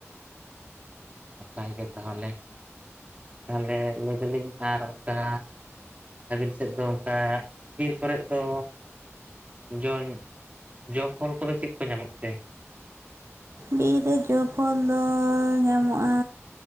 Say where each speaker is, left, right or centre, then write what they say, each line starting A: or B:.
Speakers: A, on the right (about 30°); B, on the right (about 65°).
A: ᱱᱟᱯᱟᱭ ᱜᱮ ᱛᱟᱦᱚᱞᱮ, ᱛᱟᱦᱞᱮ ᱞᱟᱹᱭ ᱫᱟᱞᱤᱧ ᱟᱨ ᱚᱱᱠᱟ ᱟᱹᱵᱤᱱ ᱥᱮᱫ ᱫᱚ ᱚᱱᱠᱟ ᱵᱤᱨ ᱠᱚᱨᱮᱫ ᱫᱚ ᱡᱚᱢ ᱡᱚ ᱯᱷᱚᱞ ᱠᱚᱫᱚ ᱪᱮᱫ ᱠᱚ ᱧᱟᱢᱚᱜ ᱛᱮ?
B: ᱵᱤᱨ ᱨᱮ ᱡᱚ ᱯᱷᱚᱞ ᱫᱚ ᱧᱟᱢᱚᱜᱼᱟ